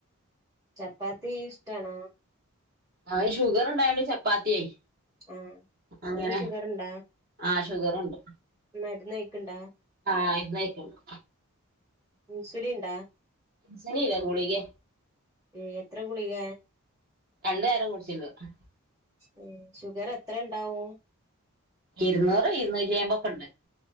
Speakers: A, on the right (about 15°); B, on the right (about 40°).
A: ചപ്പാത്തി ഇഷ്ടാണോ?
B: ആഹ് ഷുഗറ് ണ്ടായൊണ്ട് ചപ്പാത്തി ആയി
A: ആഹ്
B: അങ്ങനെ
A: നിങ്ങക്ക് ഷുഗർ ഇണ്ടാ
B: ആഹ് ഷുഗറ്ണ്ട്
A: മരുന്ന് കഴിക്ക്ണ്ടാ
B: ആഹ് ഇന്നയ്ട്ടോള്ളു
A: ഇൻസുലിൻ ണ്ടാ?
B: <unintelligible> ഗുളികേ
A: ഉം എത്ര ഗുളിക?
B: രണ്ടു നേരം <unintelligible>
A: ഉം ഷുഗർ എത്ര ഇണ്ടാവും
B: ഇരുന്നൂറ് ഇരുന്നൂറ്റി അയ്മ്പതൊക്കെണ്ട്